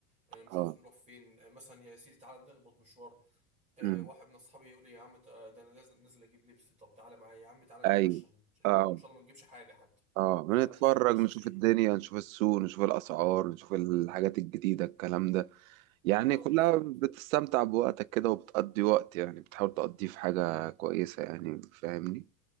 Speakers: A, on the right; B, on the right.
A: آه، مش
B: اه
A: عارف نروح فين آه، مثلا يا سيدي تعالى نخبط مشوار آه،
B: امم
A: واحد من اصحابي يقول لي يا عم آه، ده انا لازم نازل اجيب لبس طب تعالى معايا يا عم تعالى
B: ايوه
A: نتمشى ما-
B: اه
A: ان شاء الله ما نجيبش حاجه حتى
B: اه بنتفرج
A: تعالى ننزل نتمشى
B: نشوف
A: مفيش
B: الدنيا
A: م...
B: نشوف السوق نشوف الاسعار نشوف الحاجات الجديده الكلام ده يعني
A: اه
B: كلها
A: بالظبط
B: بتستمتع بوقتك كده وبتقضي وقت يعني بتحاول تقضيه في حاجه كويسه يعني فاهمني